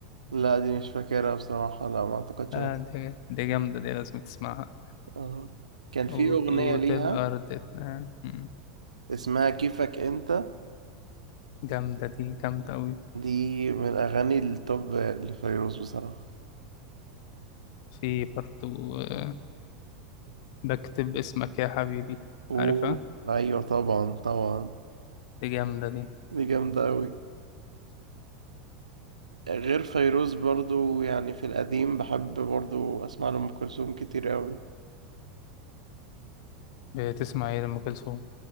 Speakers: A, on the right; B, on the left.
A: لا دي مش فاكرها بصراحة لا ما اعتقدش
B: آه
A: إن-
B: دي, دي جامدة دي لازم تسمعها
A: اه كان في
B: وبيوت
A: اغنية ليها
B: الأرض اتنا- مم.
A: اسمها كيفك انت
B: جامدة دي جامدة أوي
A: دي من الاغاني التوب لفيروز بصراحة
B: في برضو آه، بكتب اسمك يا حبيبي
A: اوه
B: عارفها
A: ايوه طبعا طبعا
B: دي جامدة دي
A: دي جامدة اوي غير فيروز برضو يعني في القديم بحب برضو اسمع لأم كلثوم كتير اوي
B: بتسمع ايه لأم كلثوم